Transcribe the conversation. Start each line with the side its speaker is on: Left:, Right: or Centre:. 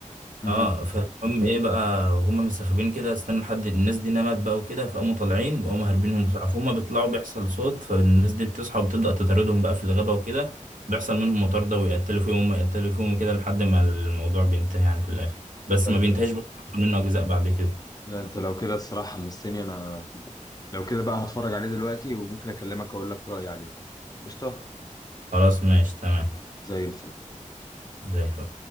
Left: امم
Right: اه فالمهم ايه بقى هما مستخبيين كده استنوا لحد الناس دي نمت بقى وكده فقاموا طالعين وقاموا هاربينهم بسرعه فهم بيطلعوا بيحصل صوت فالناس دي بتصحى وبتبدا تطاردهم بقى في الغابه وكده بيحصل منهم مطارده ويقتلوا فيهم يقتلوا فيهم كده لحد ما الموضوع بينتهي يعني في الاخر بس
Left: انت
Right: ما بينتهيش برضه بيحصل منه اجزاء بعد كده
Left: لا انت لو كده الصراحه حمستني انا لو كده بقى هتفرج عليه دلوقتي وممكن اكلمك اقول لك رايي عليه قشطه
Right: خلاص ماشي تمام
Left: زي الفل
Right: زي الفل